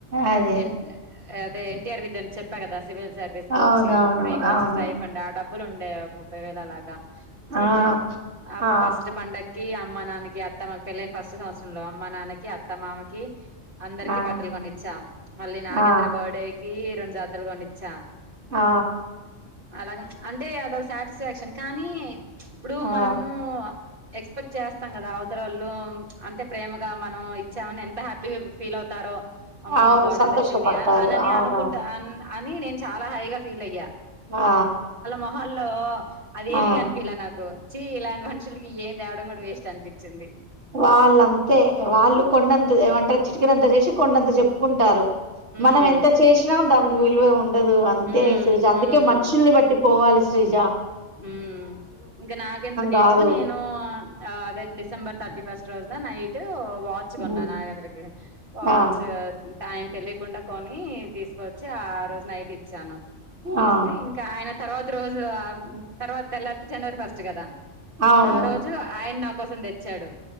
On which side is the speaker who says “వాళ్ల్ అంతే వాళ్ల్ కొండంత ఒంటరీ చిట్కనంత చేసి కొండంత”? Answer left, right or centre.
Right